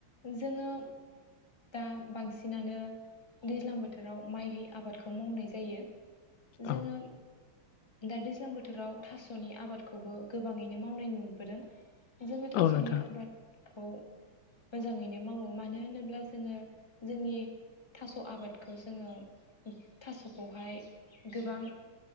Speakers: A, on the left; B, on the left.
A: जोङो दा बांसिनानो दैज्लां बोथोराव माइ आबादखौ मावनाय जायो जोङो
B: औ
A: दा दैज्लां बोथोराव थासनि आबादखौबो गोबाङैनो मावनाय नुबोदों जोङो थासनि
B: औ नोंथां
A: आबादखौ मोजाङैनो मावो मानो होनोब्ला जोङो जोंनि थास आबादखौ जोङो थासखौहाय गोबां